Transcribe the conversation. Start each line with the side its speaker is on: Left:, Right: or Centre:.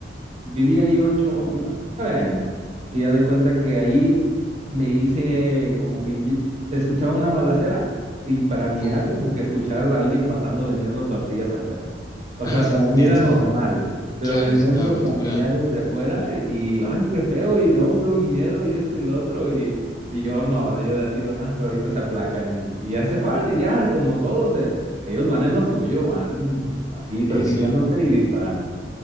Right: Viví ahí ocho, ma- nueve años. Y ya de cuenta que allí me hice como que ye- se escuchaba una balacera y para mí
Left: Uh,
Right: era como que escuchar a alguien pasando vendiendo tortillas afuera. O
Left: ah,
Right: sea, para
Left: <laughs>
Right: mí
Left: listo.
Right: era normal, pero
Left: Claro,
Right: venían
Left: yo estaba
Right: los
Left: acostumbrado.
Right: familiares de afuera y, ay, qué feo, y no, hombre, un miedo y esto y lo otro. Y, y yo no, yo de a tiro, no, hombre, ahorita se aplacan y, y ya se van y ya como todos, eh, ellos van en lo suyo, van así persiguiéndose
Left: y sí.
Right: y disparando.